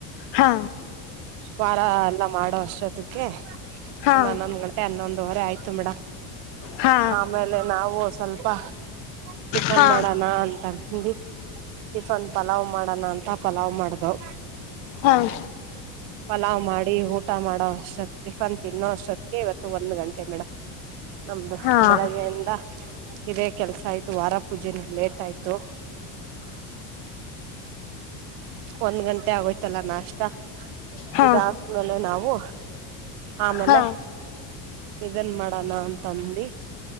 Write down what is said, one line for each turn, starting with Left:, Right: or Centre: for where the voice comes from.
Left: ಹಾ
Right: ವಾರ ಎಲ್ಲ ಮಾಡೋ ಅಷ್ಟೊತ್ತಕ್ಕೆ
Left: ಹಾ
Right: ಒಂದ್ ಹನ್ನೊಂದು ಗಂಟೆ ಹನ್ನೊಂದುವರೆ ಆಯ್ತು ಮೇಡ
Left: ಹಾ
Right: ಆಮೇಲೆ ನಾವು ಸ್ವಲ್ಪ ಟಿಫನ್
Left: ಹಾ
Right: ಮಾಡೋಣ ಅಂತಿ ಟಿಫನ್ ಪಲಾವ್ ಮಾಡೋಣ ಅಂತ ಪಲಾವ್ ಮಾಡ್ದವು
Left: ಹಾ
Right: ಪಲಾವ್ ಮಾಡಿ ಊಟ ಮಾಡೋ ಅಷ್ಟತ್ ಟಿಫನ್ ತಿನ್ನೋ ಅಷ್ಟತ್ತ ಇವತ್ತು ಒಂದ್ ಗಂಟೆ ಮೇಡಮ್ ನಮ್ದು
Left: ಹಾ ಹಾ
Right: ಬೆಳಗ್ಗೆಯಿಂದ ಇದೇ ಕೆಲ್ಸ ಆಯ್ತು ವಾರ ಪೂಜೆನೇಟ್ ಆಯ್ತು ಒಂದ್ ಗಂಟೆ ಆಗೋಯ್ತಲ್ಲ ನಾಷ್ಟ
Left: ಹಾ
Right: ಇದಾದ್ಮೇಲೆ ನಾವು ಆಮೇಲೆ
Left: ಹಾ
Right: ಇದನ್ ಮಾಡಣ ಅಂತ ಅಂದ